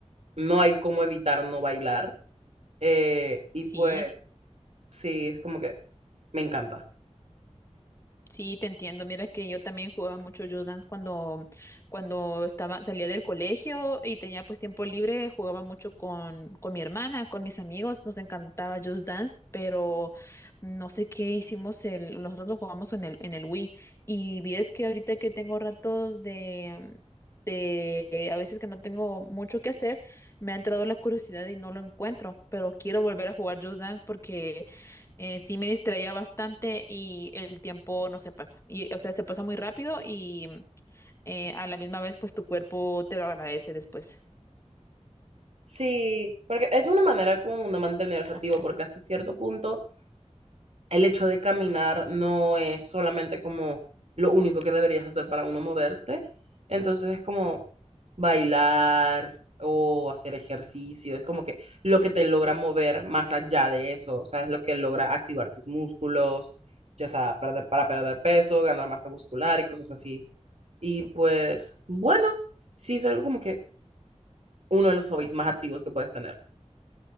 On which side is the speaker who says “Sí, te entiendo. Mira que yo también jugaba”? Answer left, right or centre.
Left